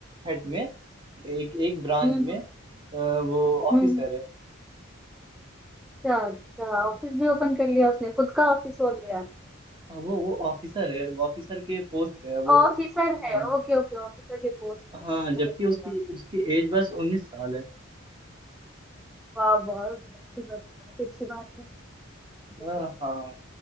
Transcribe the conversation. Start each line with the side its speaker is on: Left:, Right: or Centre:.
Right: head में एक एक ब्रांच
Centre: हम्म हम्म
Right: में
Centre: हम्म
Right: अ, वो ऑफिसर
Centre: हम्म, हम्म,
Right: है
Centre: अच्छा अच्छा ऑफिस भी ओपन कर लिया उसने खुद का ऑफिस खोल लिया
Right: हाँ, वो वो ऑफिसर है वो ऑफिसर के पोस्ट पे है वो
Centre: ऑफिसर है
Right: हाँ
Centre: ओके ओके ऑफिसर के पोस्ट पे है,
Right: हाँ
Centre: हाँ
Right: जबकि
Centre: समझ
Right: उसकी
Centre: लिया
Right: उसकी एज बस उन्नीस साल है
Centre: वाह बहुत अच्छी बात बहुत अच्छी बात है ये
Right: हाँ
Centre: तो
Right: हाँ